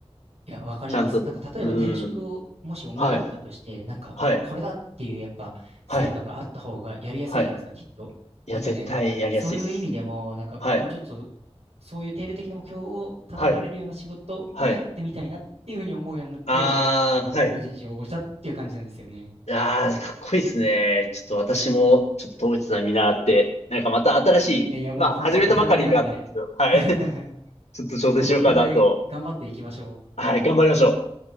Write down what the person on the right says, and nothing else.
いや、わかります。
なんか、例えば転職をもし思い立ったとして、
なんか、
これだっていうやっぱ成果があった方がやりやすいじゃないですか、
きっと。
なんかね、
そういう意味でも、なんか、
もうちょっと、そういう定量的な目標を立てられるような仕事もやってみたいなっていうふうに思うようになって、
今、公募人事を応募したっていう感じなんですよね。
いやいや、もう本当お互いなんで、
<laughs>
ちょっと本当お互い頑張っていきましょう。